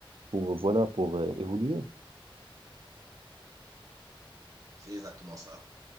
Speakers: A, on the right; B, on the right.
A: pour, voilà, pour euh, évoluer.
B: c'est exactement ça.